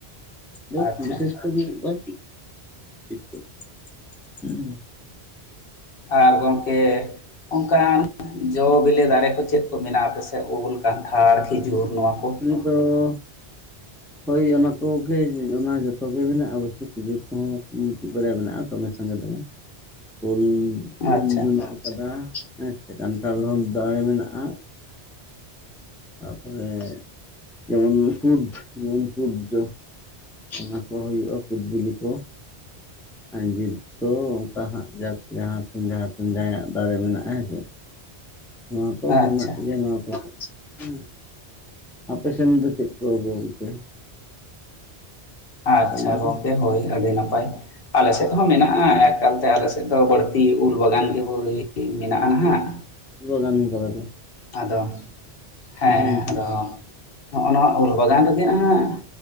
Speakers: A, in the centre; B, on the left.
A: ᱛᱚ
B: ᱟᱪᱪᱷᱟ
A: ᱵᱤᱥᱮᱥ ᱠᱚᱨᱮ ᱫᱚ <inaudible> ᱦᱩᱸ᱾
B: ᱟᱨ ᱜᱚᱢᱠᱮ ᱚᱱᱠᱟᱱ ᱡᱚ ᱵᱤᱞᱤ ᱫᱟᱨᱮ ᱠᱚ ᱪᱮᱫ ᱠᱚ ᱢᱮᱱᱟᱜᱼᱟ ᱟᱯᱮ ᱥᱮ? ᱥᱮ ᱩᱞ, ᱠᱟᱱᱴᱷᱟᱲ, ᱠᱷᱤᱡᱩᱨ ᱱᱚᱣᱟ ᱠᱚ?
A: ᱛᱚ ᱦᱳᱭ ᱚᱱᱟ ᱠᱚᱜᱮ ᱚᱱᱟ ᱡᱷᱚᱛᱚ ᱜᱮ ᱢᱮᱱᱟᱜᱼᱟ, ᱚᱵᱚᱥᱳᱭ ᱠᱷᱤᱡᱩᱨ ᱠᱚᱦᱚᱸ ᱪᱮᱫ ᱵᱟᱨᱭᱟ ᱢᱮᱱᱟᱜᱼᱟ᱾ ᱫᱚᱢᱮ ᱥᱟᱸᱜᱮ ᱫᱚ ᱵᱟᱝ ᱩᱞ, ᱩᱞ
B: ᱟᱪᱪᱷᱟ
A: ᱢᱮᱱᱟᱜ ᱠᱟᱫᱟ ᱦᱮᱸᱥᱮ ᱠᱟᱱᱴᱷᱟᱲ ᱦᱚᱸ ᱫᱟᱨᱮ ᱢᱮᱱᱟᱜᱼᱟ᱾ ᱛᱟᱯᱚᱨᱮ ᱡᱮᱢᱚᱱ ᱠᱩᱫᱽ ᱡᱮᱢᱚᱱ ᱠᱩᱫᱽ ᱡᱚ ᱚᱱᱟ ᱠᱚ ᱦᱩᱭᱩᱜᱼᱟ, ᱠᱩᱫᱽ ᱵᱤᱞᱤ ᱠᱚ <inaudible> ᱛᱚ ᱚᱱᱠᱟ ᱦᱟᱸᱜ ᱡᱟᱠ ᱡᱟᱦᱟᱸ ᱴᱷᱮᱱ ᱡᱟᱦᱟᱸ ᱴᱷᱮᱱ ᱡᱟᱦᱟᱸᱭᱟᱜ ᱫᱟᱨᱮ ᱢᱮᱱᱟᱜᱼᱟ ᱦᱮᱸᱥᱮ ᱱᱚᱣᱟ ᱠᱚ ᱢᱮᱱᱟᱜ
B: ᱟᱪᱪᱷᱟ
A: ᱜᱮᱭᱟ ᱱᱚᱣᱟ ᱠᱚ ᱦᱮᱸ᱾ ᱟᱯᱮ ᱥᱮᱱ ᱫᱚ ᱪᱮᱫ ᱠᱚ <inaudible> ᱜᱚᱢᱠᱮ?
B: ᱟᱪᱪᱷᱟ
A: ᱫᱚ
B: ᱜᱚᱢᱠᱮ ᱦᱳᱭ ᱟᱹᱰᱤ ᱱᱟᱯᱟᱭ ᱟᱞᱮ ᱥᱮᱫ ᱦᱚᱸ ᱢᱮᱱᱟᱜᱼᱟ ᱮᱠᱟᱞ ᱛᱮ ᱟᱞᱮ ᱥᱮᱫ ᱛᱚ ᱵᱟᱹᱲᱛᱤ ᱩᱞ ᱵᱟᱜᱟᱱ ᱜᱮ ᱢᱮᱱᱟᱜᱼᱟ ᱱᱟᱦᱟᱸᱜ,
A: ᱵᱟᱜᱟᱱᱤ ᱠᱟᱫᱟ ᱯᱮ?
B: ᱟᱫᱚ ᱦᱮᱸ
A: ᱦᱩᱸ ᱦᱩᱸ
B: ᱟᱫᱚ ᱱᱚᱜᱼᱱᱚᱣᱟ ᱩᱞ ᱵᱟᱜᱟᱱ ᱨᱮᱜᱮ ᱱᱟᱦᱟᱸᱜ